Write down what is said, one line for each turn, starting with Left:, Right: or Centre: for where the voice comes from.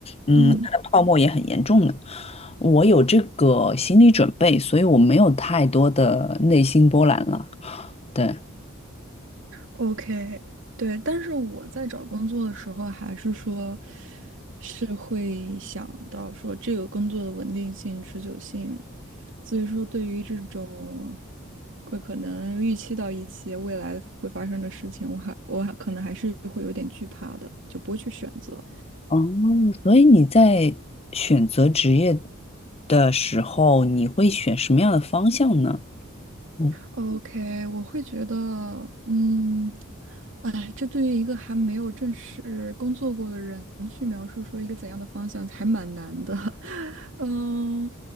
Left: 嗯，
Right: 嗯。
Left: 它的泡沫也很严重的。我有这个心理准备，所以我没有太多的内心波澜了。对，
Right: OK，对，但是我在找工作的时候，还是说，是会想到说这个工作的稳定性、持久性，所以说对于这种会可能预期到一些未来会发生的事情，我还我还可能还是会有点惧怕的，就不会去选择。
Left: 哦，所以你在选择职业的时候，你会选什么样的方向呢？嗯，
Right: OK，我会觉得，嗯，哎，这对于一个还没有正式工作过的人去描述说一个怎样的方向，还蛮难的。<laughs> 嗯，